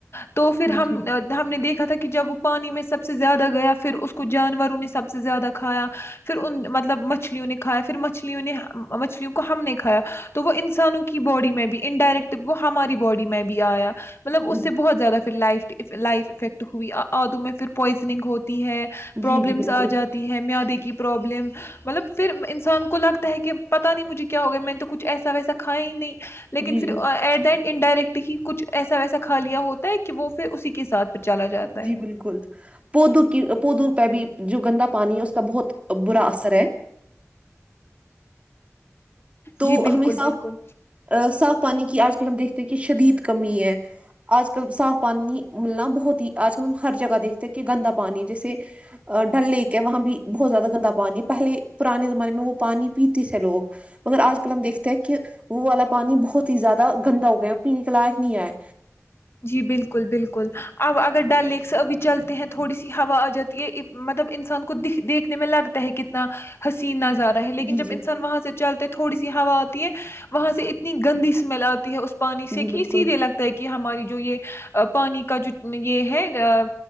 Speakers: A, on the left; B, on the right.
A: تو پھر
B: جی
A: ہم ہم نے دیکھا تھا کہ جب وہ پانی میں سب سے زیادہ گیا پھر اس کو جانوروں نے سب سے زیادہ کھایا پھر ان مطلب مچھلیوں نے کھایا پھر مچھلیوں نے مچھلیوں کو ہم نے کھایا تو وہ انسانوں کی باڈی میں بھی انڈائریکٹ وہ ہماری باڈی میں بھی آیا مطلب
B: جی
A: اس سے بہت زیادہ پھر لائف لائف افیکٹ ہوئی ادو میں پھر پوائزنگ ہوتی ہے پروابلمس
B: جی جی بالکل
A: آ جاتی ہے میں دیکھی کی پرابلم مطلب پھر انسان کو لگتا ہے کہ پتا نہیں مجھے کیا ہوگیا میں نے تو کچھ ایسا ویسا کھایا ہی نہیں لیکن
B: جی
A: پھر
B: جی
A: ایٹ دٹ انڈائریکٹ ہی کچھ ایسا ویسا کھا لیا ہوتا ہے کہ وہ پھر اسی کے ساتھ پھر چلا جاتا
B: جی
A: ہے
B: بالکل پودو کی پودو پہ بھی جو گندا پانی ہے اس کا بہت برا اثر ہے تو
A: جی بالکل
B: ہمیں صاف
A: بالکل
B: صاف پانی کی آج کل ہم دیکھ کہ شدید کمی ہے آج کل صاف پانی ملنا بہت ہی آج کل ہم ہر جگہ دیکھتے کہ گندا پانی جیسے ڈل لیک ہے وہاں بھی بہت زیادہ گندا پانی پہلے پرانے زمانے میں وہ پانی پیتے تھے لوگ مگر آج کل ہم دیکھتے ہیں کہ وہ والا پانی بہت ہی زیادہ گندا ہو گیا ہے اور پینے کے لائق نہیں آئے
A: جی بالکل بالکل ال اب اگر ڈل لیک سے ابھی چلتے ہیں تھوڑی سی ہوا آ جاتی ہے مطلب انسان کو د دیکھنے میں لگتا ہے کتنا ہسین یادہ ہے لیکن
B: جی
A: جب
B: جی
A: انسان وہاں سے چلتے تھوڑی سی ہوا آتی ہے وہاں سے اتنی گندی اسمیل آتی ہے اس پ پانی سے
B: جی
A: کہ
B: بالکل
A: سیدھے لگتا ہے کہ ہماری جو یہ پانی کا جو یہ ہے ا